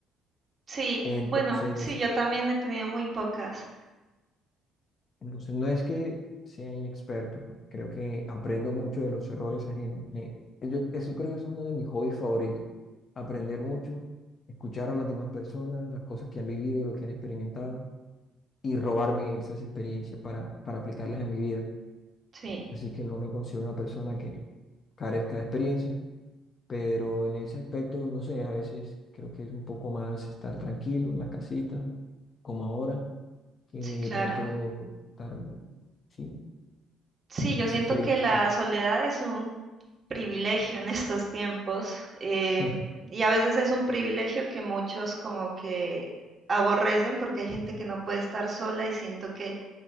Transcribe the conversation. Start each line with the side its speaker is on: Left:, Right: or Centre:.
Right: sí,
Left: Entonces,
Right: bueno, sí, yo también he tenido muy pocas.
Left: entonces no es que sea inexperto, pues, creo que aprendo mucho de los errores ajenos. Me- yo, eso creo que es uno de mis hobbies favoritos. Aprender mucho, escuchar a las demás personas, las cosas que han vivido, lo que han experimentado y robarme esas experiencias para, para aplicarlas en mi vida.
Right: Sí,
Left: Así que no me considero una persona que carezca de experiencia pero en ese aspecto, no sé, a veces creo que es un poco más estar tranquilo en la casita, como ahora, que
Right: sí,
Left: de
Right: claro.
Left: pronto estar, sí,
Right: Sí,
Left: eh,
Right: yo
Left: sufriendo.
Right: siento que la
Left: por-
Right: soledad es un privilegio en estos tiempos eh,
Left: <laughs>
Right: y a veces es un privilegio que muchos como que aborrecen porque hay gente que no puede estar sola y siento que